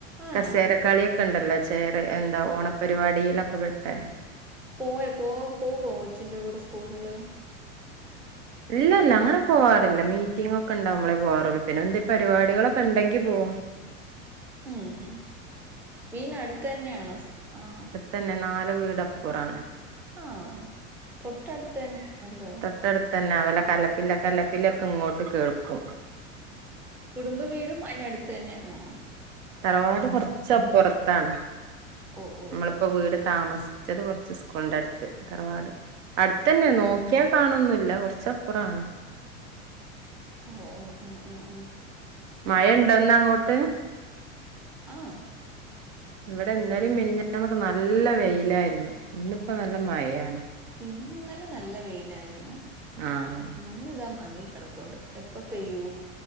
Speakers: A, in the centre; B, on the right.
A: ആണോ
B: കസേരകളിയൊക്കെണ്ടല്ലോ ചെയറ് എന്താ ഓണപരിപാടിയിലൊക്കെ പെട്ടേ.
A: പോയോ പ്പോ പോകോ കൊച്ചിന്റെ കൂടെ സ്കൂളില്?
B: ഇല്ല ഇല്ല അങ്ങനെ പോവാറില്ല. മീറ്റിങ്ങ് ഒക്കെണ്ടാവുമ്പളേ പോവാറൊള്ളൂ. പിന്നെ എന്തേം പരിപാടികളൊക്കെണ്ടെങ്കി പോവും.
A: ഉം ഉം. വീട്നടുത്ത് തന്നെയാണോ സ്കൂ ആഹ്
B: തന്നെ നാല് വീട് അപ്പുറാണ്.
A: ആഹ് തൊട്ടടുത്ത് തന്നേണല്ലോ.
B: ട്ടടുത്തന്നെ. അവല കലപില കലപില ഒക്കെ ഇങ്ങോട്ട് കേൾക്കും.
A: കുടുംബ വീടും അയിനടുത്ത് തന്നെയാണോ?
B: തറവാട് കൊറച്ചപ്പുറത്താണ്
A: ഓ ഓ
B: നമ്മളിപ്പോ
A: ഓ
B: വീട് താമസി ച്ചത് കൊറച്ച് സ്കൂളിന്റെ അട്ത്ത്. തറവാട് അടുത്തന്നെ നോക്കിയാ കാണൊന്നുംല്ല കൊറച്ച് അപ്പുറാണ്.
A: ഓഹ് ഓഹ് ഉം ഉം ഉം.
B: മഴണ്ടോ ഇന്ന് അങ്ങോട്ട്?
A: ആഹ്.
B: ഇവടെ ഇന്നലിം മിനിഞ്ഞാന്നൊക്കെ നല്ല വെയിലായിരുന്നു ഇന്നിപ്പോ നല്ല മയയാണ്.
A: ഇന്നലെ നല്ല വെയിലായിരുന്നു.
B: ആഹ്
A: ഇന്ന് ഇതാ മങ്ങി കെടപ്പുണ്ട് എപ്പ പെയ്യൂ